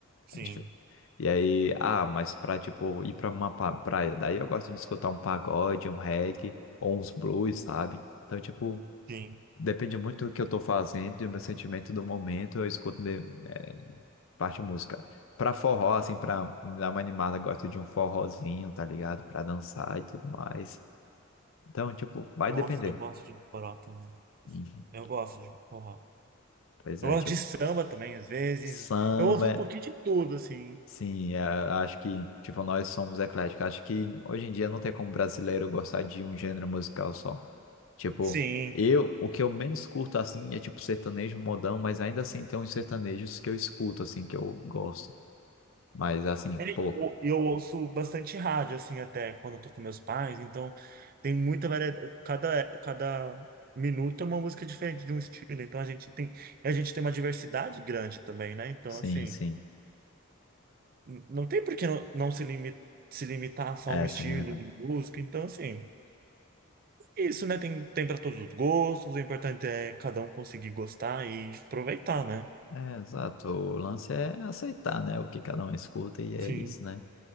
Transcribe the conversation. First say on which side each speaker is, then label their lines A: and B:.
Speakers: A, on the right; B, on the left.
A: sim,
B: A gente fe- E aí, ah, mas pra, tipo, ir pra uma pa- praia, daí eu gosto de escutar um pagode, um reggae, ou uns blues, sabe? Então, tipo,
A: sim.
B: depende muito do que eu tô fazendo e do meu sentimento do momento, eu escuto de, eh, parte música. Pra forró, assim, pra me dar uma animada, eu gosto de um forrozinho, tá ligado? Pra dançar e tudo mais. Então, tipo, vai
A: Nossa,
B: depender.
A: eu gosto de forró também.
B: Uhum.
A: Eu gosto de forró.
B: Pois
A: Eu
B: é,
A: gosto
B: tipo,
A: de samba também, às vezes.
B: samba.
A: Eu ouço um
B: é
A: pouquinho de tudo, assim.
B: Sim, é, acho que, tipo, nós somos ecléticos. Acho que hoje em dia não tem como brasileiro gostar de um gênero musical só. Tipo,
A: Sim.
B: eu, o que eu menos curto, assim, é tipo sertanejo modão, mas ainda assim tem uns sertanejos que eu escuto, assim, que eu gosto. Mas, assim,
A: É,
B: pouco.
A: Eu, eu ouço bastante rádio, assim, até quando eu tô com meus pais, então tem muita variedade. Cada, cada minuto é uma música diferente de um estilo, então a gente tem, a gente tem uma diversidade grande também, né? Então,
B: Sim,
A: assim,
B: sim.
A: n- não tem por que não, não se limi- se limitar só
B: É,
A: a um estilo
B: se alimentando.
A: de música. Então, assim, é isso, né? Tem, tem para todos os gostos, o importante é cada um conseguir gostar e aproveitar, né?
B: É, exato. O lance é aceitar, né, o que cada um escuta e é
A: Sim,
B: isso, né?